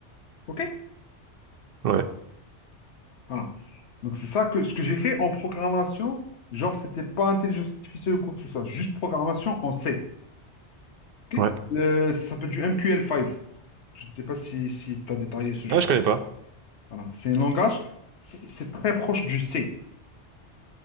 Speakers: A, on the left; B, on the right.
A: OK?
B: ouais,
A: Voilà. Donc c'est ça que ce que j'ai fait en programmation, genre c'était pas intelligence artificielle ou quoi que ce soit, juste programmation en C. ok
B: ouais.
A: Euh, ça s'appelle du MQL5. Je ne sais pas si, si tu as détaillé ce genre.
B: Ah, je
A: de-
B: connais pas.
A: Voilà. C'est un langage, c'est c'est très proche du C.